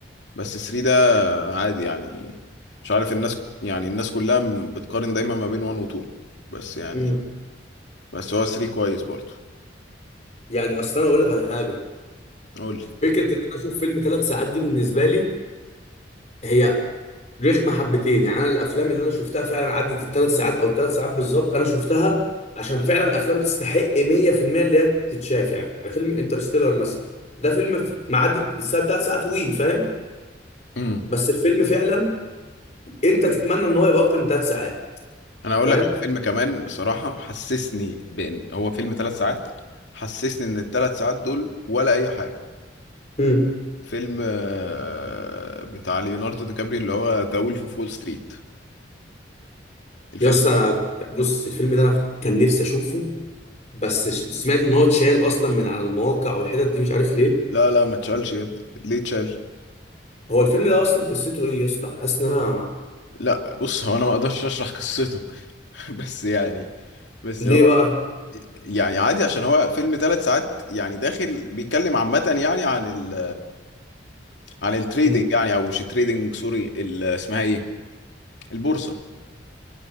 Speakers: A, on the left; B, on the left.
A: بس 3 ده عادي يعني مش عارف الناس يعني الناس كلها بتقارن دايما ما بين 1 و 2 بس يعني
B: امم
A: بس هو 3 كويس برضه
B: يعني اصلا انا اقول لك على حاجه
A: قول لي
B: فكره ان انا اشوف فيلم ثلاث ساعات دي بالنسبه لي هي رخمه حبتين يعني انا الافلام اللي انا شفتها فعلا عدت الثلاث ساعات او الثلاث ساعات بالظبط انا شفتها عشان فعلا افلام تستحق 100% اللي هي تتشاف يعني فيلم انترستيلر مثلا ده فيلم ف- ما عدت الساعه ثلاث ساعات وي فاهم
A: امم
B: بس الفيلم فعلا انت تتمنى ان هو يبقى اكتر من ثلاث ساعات
A: انا هقول
B: فاهم
A: لك على فيلم كمان بصراحة حسسني بان هو فيلم ثلاث ساعات حسسني ان الثلاث ساعات دول ولا اي حاجة
B: مم.
A: فيلم آه، بتاع ليوناردو دي كابري اللي هو ذا وولف اوف وول ستريت الفيلم
B: يا اسطى انا
A: ده
B: بص الفيلم ده انا كان نفسي اشوفه بس ش- سمعت ان هو اتشال اصلا من على المواقع والحتت دي مش عارف ليه
A: لا لا ما تشالش يا ابني ليه تشال
B: هو الفيلم ده اصلا قصته ايه يا اسطى حاسس ان انا
A: لا بص هو انا ما اقدرش اشرح قصته <laughs> بس يعني بس
B: ليه
A: هو
B: بقى
A: يعني عادي عشان هو فيلم ثلاث ساعات يعني داخل بيتكلم عامة يعني عن ال عن التريدنج
B: امم
A: يعني او مش التريدنج سوري ال- اسمها ايه البورصة